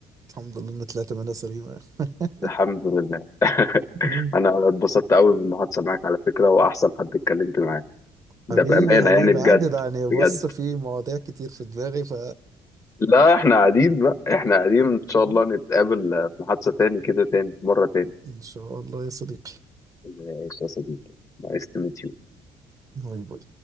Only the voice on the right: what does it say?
الحمد لله ان طلعت منها سليمة <laughs>
مم.
حبيبي
حبيبي
عادي ده يعني
بص في مواضيع كتير في دماغي ف
<laughs> آه.
ان شاء الله يا صديقي
باي باي